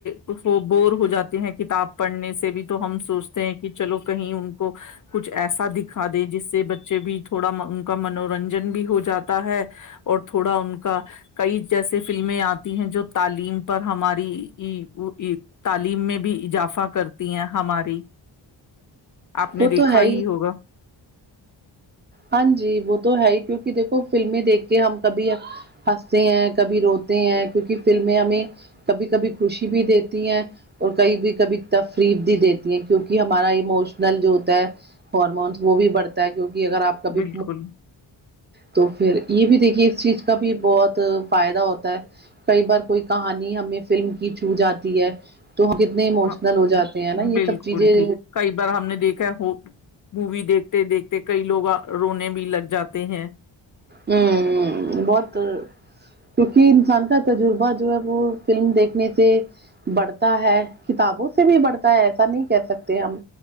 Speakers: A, on the left; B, on the right.
A: کچ بور ہو جاتے ہیں کتاب پڑھنے سے بھی اب تو ہم سوچتے ہیں کہ چلو کہیں ان کو کچھ ایسا دکھا دے جس سے بچے بھی تھوڑا ان کا منورنجن بھی ہو جاتا ہے اور تھوڑا ان کا کئی جیسے فلمیں آتی ہیں جو تعلیم پر ہماری تعلیم میں بھی اضافہ کرتی ہیں ہماری آپ نے
B: وہ
A: دیکھا
B: تو ہے
A: ہی ہوگا
B: ہاں جی وہ تو ہے ہی کیونکہ دیکھو فلمیں دیکھ کے ہم کبھی ہنستے ہیں کبھی روتے ہیں کیونکہ فلمیں ہمیں کبھی کبھی خوشی بھی دیتی ہیں اور کھی بھی کبھی تفریف بھی دیتی ہیں کیونک ہمارا ایموشنل جو ہوتا ہے ہارمونس وہ بھی بڑھتا ہے کیوںکہ اگر کبھی
A: بالکل
B: تو پھر یہ بھی دیکھیے اس چیز کا بھی بہت فائدہ ہوتا ہے کئی بار کوئی کہانی ہمیں فلم کی چھو جاتی ہے تو ہم کتنے ایموشنل
A: ہ
B: ہو جاتے ہیں نا یہ
A: بالکل
B: سب چیزیں
A: ٹھیک کئی بار ہم نے دیکھا ہے ہو مووی دیکھ تے دیکھتے کئی لوگ رونے بھی لگ جاتے ہیں
B: ہ بہت کیونکہ انسان کا تجربہ جو ہے وہ فلم دیکھنے سے بڑھتا ہے کتابوں سے بھی بڑھتا ہے ایسا نہیں کہ سکتے ہم